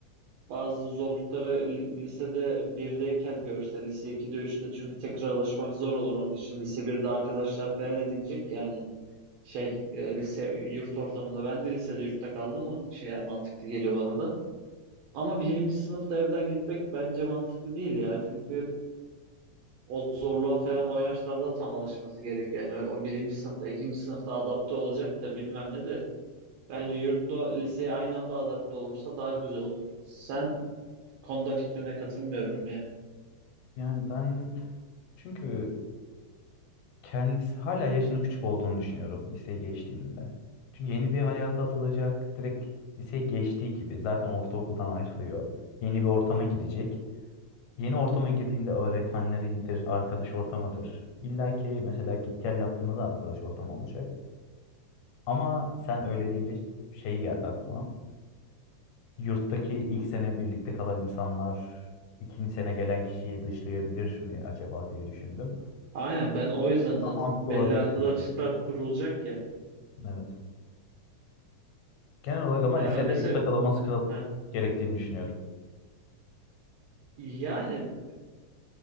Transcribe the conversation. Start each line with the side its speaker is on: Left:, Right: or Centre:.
Right: bazı zorlukları li- lisede 1'deyken görse, lise 2'de üçte çünkü tekrar alışmak zor olur onun için. Lise birde arkadaşlar falan edinecek yani şey e, lise yurt ortamında. Ben de lisede yurtta kaldım onun için yani mantıklı geliyor bana da. Ama birinci sınıfta evden gitmek bence mantıklı değil ya. Çünkü o zorluğa falan o yaşlarda tam alışması gerekiyor. Yani o, o birinci sınıfta, ikinci sınıfta adapte olacak da bilmem ne de. Bence yurtla liseye aynı anda adapte olursa daha güzel olur. Sen bu konuda fikrine katılmıyorum yani.
Left: Yani ben çünkü kendisi hala yaşının küçük olduğunu düşünüyorum liseye geçtiğinde. Çünkü yeni bir hayata atılacak. Direkt liseye geçtiği gibi zaten ortaokuldan ayrılıyor. Yeni bir ortama girecek. Yeni ortama girdiğinde öğretmenleridir, arkadaş ortamıdır. İlla ki mesela git gel yaptığında da arkadaş ortamı olacak. Ama sen öyle deyince şey geldi aklıma. Yurttaki ilk sene birlikte kalan insanlar ikinci sene gelen kişiyi dışlayabilir mi acaba diye düşündüm.
Right: Aynen ben o yüzden
Left: O
Right: zaten
Left: da mantıklı
Right: belli
Left: olabilir
Right: arkadaşlıklar
Left: senin dediğin.
Right: kurulacak ya.
Left: Evet. Genel olarak ama
Right: Ya
Left: lisede
Right: ben mesela
Left: yurtta kalınması kal-
Right: ha,
Left: gerektiğini düşünüyorum.
Right: yani